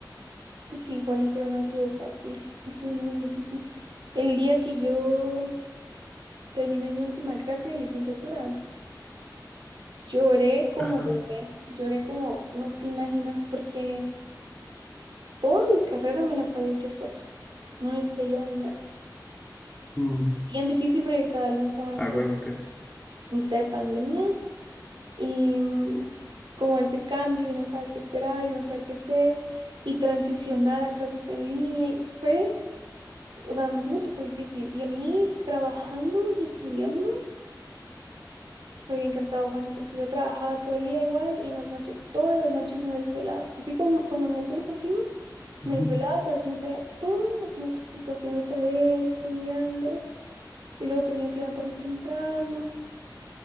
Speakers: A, on the right (about 80°); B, on the left (about 15°).
A: Pues sí, Juani, pero no ha sido fácil, no ha sido muy difícil. El día que yo terminé mi última clase de licenciatura, lloré como
B: Ajá.
A: bebé, lloré como no te imaginas, porque toda mi carrera me la pagué yo sola, no necesité ayuda de nadie.
B: Mm,
A: Bien difícil porque cada nos agarró
B: a huevo, que.
A: mitad de pandemia y mm, como ese cambio y no saber qué esperar y no saber qué hacer y transicionar a clases en línea y fue, o sea, a mí sí me tocó difícil y a mí trabajando y estudiando fue bien cansado, Juani, porque yo trabajaba todo el día igual y en las noches, todas las noches me desvelaba, así como cuando me desvelo contigo.
B: ujú,
A: Me desvelaba, pero haciendo tarea todas las noches, o sea, haciendo tarea, estudiando, y luego tenía que levantarme temprano,